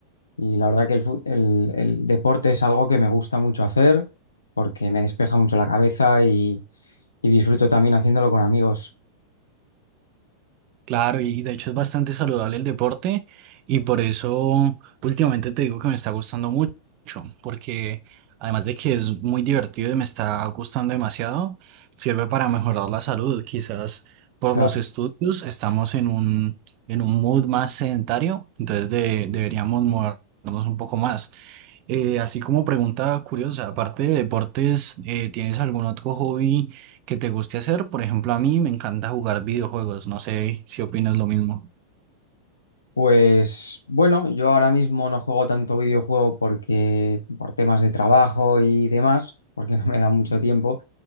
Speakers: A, on the left; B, on the right.
A: Y la verdad que el, fu- el- el deporte es algo que me gusta mucho hacer porque me despeja mucho la cabeza y, y disfruto también haciéndolo con amigos.
B: Claro, y de hecho es bastante saludable el deporte y por eso últimamente te digo que me está gustando mucho, porque además de que es muy divertido y me está gustando demasiado, sirve para mejorar la salud. Quizás por
A: Claro.
B: los estudios estamos en un, en un mood más sedentario, entonces de- deberíamos movernos un poco más. Eh, así como pregunta curiosa, aparte de deportes, eh, ¿tienes algún otro hobby que te guste hacer? Por ejemplo, a mí me encanta jugar videojuegos, no sé si opinas lo mismo.
A: Pues bueno, yo ahora mismo no juego tanto videojuego porque por temas de trabajo y demás, porque <laughs> no me da mucho tiempo.